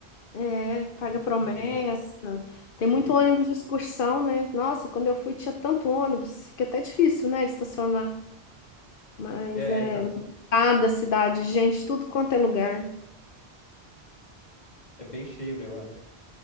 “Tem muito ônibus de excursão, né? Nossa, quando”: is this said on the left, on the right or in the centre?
Left